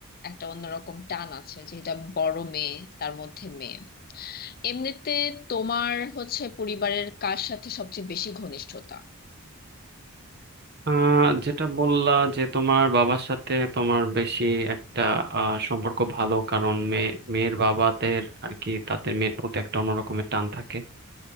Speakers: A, on the left (about 40°); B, on the right (about 50°).
A: একটা অন্যরকম টান আছে যেহেতু আমি বড় মেয়ে তার মধ্যে মেয়ে এমনিতে তোমার হচ্ছে পরিবারের কার সাথে সবচেয়ে বেশি ঘনিষ্ঠতা
B: আহ যেটা বললা যে তোমার বাবার সাথে তোমার বেশি একটা আহ, সম্পর্ক ভালো কারণ মেয়ে মেয়ের বাবাদের আর কি তাদের মেয়ের প্রতি একটা অন্যরকমের টান থাকে